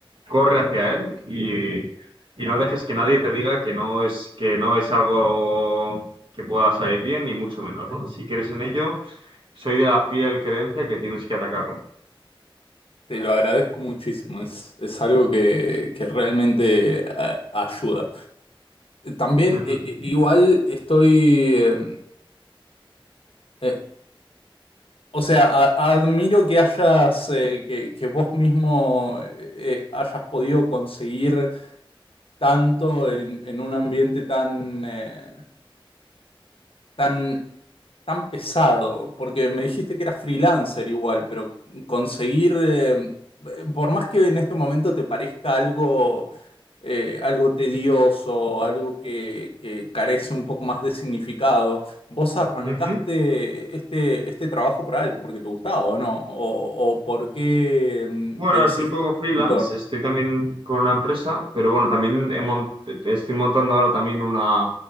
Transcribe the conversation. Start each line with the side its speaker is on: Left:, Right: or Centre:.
Right: corre hacia él y, y no dejes que nadie te diga que no es, que no es algo que pueda salir bien, ni mucho menos, ¿no? Si quieres en ello, soy de la fiel creencia que tienes que atacarlo.
Left: te lo agradezco muchísimo, es, es algo que, que realmente eh, ayuda. También
Right: Ujú.
Left: eh, eh, igual estoy... eh, eh, o sea, a- admiro que hayas, eh, que, que vos mismo eh, eh, hayas podido conseguir tanto en, en un ambiente tan, eh, tan, tan pesado, porque me dijiste que eras freelancer igual, pero conseguir, eh, por más que en este momento te parezca algo, eh, algo tedioso, algo que, que carece un poco más de significado, vos arrancaste
Right: Ujú.
Left: este, este trabajo por algo, porque te gustaba o no, o, o por qué mm,
Right: Bueno,
Left: te hiciste
Right: soy un poco freelance,
Left: consultor.
Right: estoy también con una empresa, pero bueno, también he mont- estoy montando ahora también una,